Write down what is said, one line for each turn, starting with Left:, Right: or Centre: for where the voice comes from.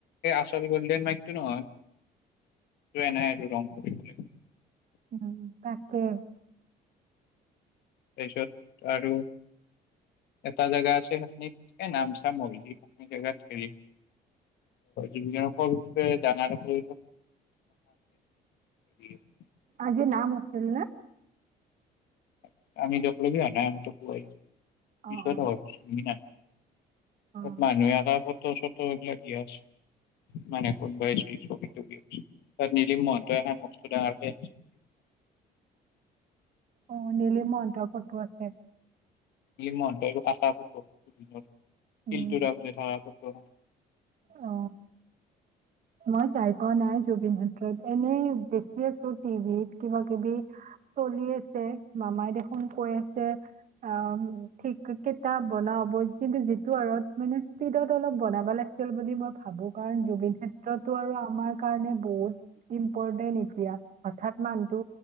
Left: এয়া আচল গোল্ডেন মাইক টো নহয় ত এ নাই দি ৰং কৰিব লাগিব।
Right: উম তাকে।
Left: তাৰপিছত আৰু এটা জাগা আছে। সেইখিত এ নামচা মলজি সেইখি জাগাত জুবিনৰ সৰু হে ডাঙৰক লৈ <unintelligible>
Right: আজি নাম আছিল নে?
Left: <inaudible> আমি যোৱালৈকে আনাৰামটো হোৱাই নাই। পিছত
Right: অ', অ',
Left: হ'ব দুদিন মান।
Right: অ',
Left: মানুহে <inaudible> ফটো চতো এইবিলাক দিয়া আছে। মানে কোনবাইছিল ছবি তবি আকি। নিলিম মসন্ত অনা বস্তু দাঙৰ কে।
Right: অ নলিম মহন্তৰ ফটো আছে।
Left: মনটো একো পাতা <unintelligible>
Right: উম,
Left: অ
Right: অ। মই যাই পোৱা নাই জুবিন ক্ষেত্ৰলৈ এনেই দেখি আছো টিভিত কিবা কিবি চলি আছে মামাই দেখোন কৈ আছে অ ঠিক কেইটা বনাব কিন্তু যিটো আৰত মানে স্পীডত অলপ বনাব লাগিছিল বুলি মই ভাবোঁ কাৰণ জুবিন দা ক্ষেত্ৰতো আৰু আমাৰ কাৰণে- বহুত ইম্পৰ্টেণ্ট এতিয়া হঠাৎ মানুহটো